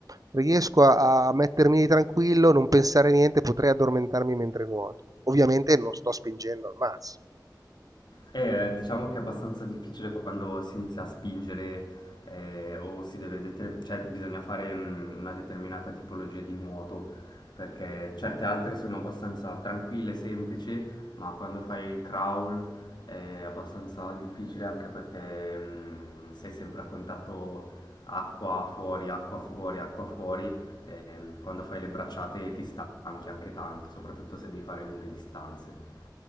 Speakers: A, on the right (about 55°); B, on the left (about 75°).
A: Riesco a, a mettermi tranquillo, non pensare a niente, potrei addormentarmi mentre nuoto. Ovviamente non sto spingendo al massimo.
B: Eh, diciamo che è abbastanza difficile quando si inizia a spingere eh, o si deve deter- cioè bisogna fare mm, una determinata tipologia di nuoto, perché certe altre sono abbastanza tranquille, semplici, ma quando fai il crawl è abbastanza difficile anche perché mm, sei sempre a contatto acqua fuori, acqua fuori, acqua fuori. e mm, quando fai le bracciate ti stanchi anche tanto, soprattutto se devi fare lunghe distanze.